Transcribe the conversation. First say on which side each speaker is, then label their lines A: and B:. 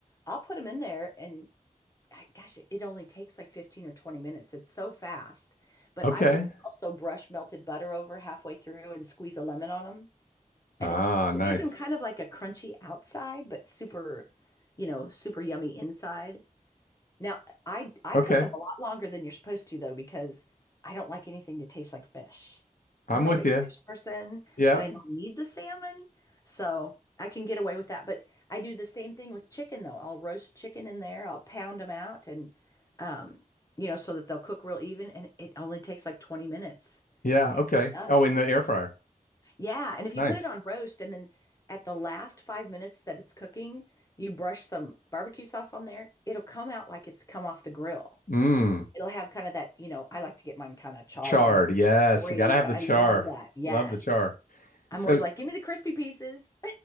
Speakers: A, on the left (about 25°); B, on the left (about 75°).
A: I'll put them in there and I- gosh, it only takes like 15 or 20 minutes. It's so fast. But
B: Okay.
A: I will also brush melted butter over halfway through and squeeze a lemon on them.
B: Ah,
A: And it, it
B: nice.
A: gives them kind of like a crunchy outside, but super, you know, super yummy inside. Now, I I
B: Okay.
A: cook them a lot longer than you're supposed to though because I don't like anything to taste like fish. I'm
B: I'm
A: not
B: with
A: a big
B: you.
A: fish person,
B: Yep.
A: but I know I need the salmon, so I can get away with that. But I do the same thing with chicken though. I'll roast chicken in there, I'll pound them out and um, you know, so that they'll cook real even and it only takes like 20 minutes.
B: Yeah.
A: And
B: Okay.
A: it's done.
B: Oh, in the air fryer.
A: Yeah, and if you
B: Nice.
A: put it on roast and then at the last five minutes that it's cooking, you brush some barbecue sauce on there, it'll come out like it's come off the grill.
B: Mmm.
A: It'll have kind of that, you know, I like to get mine kind of charred.
B: Chard.
A: I know it's
B: Yes.
A: not great,
B: You gotta have
A: but
B: the
A: I
B: char.
A: love that. Yes.
B: Love the char.
A: I'm
B: So
A: always like, give me the crispy pieces.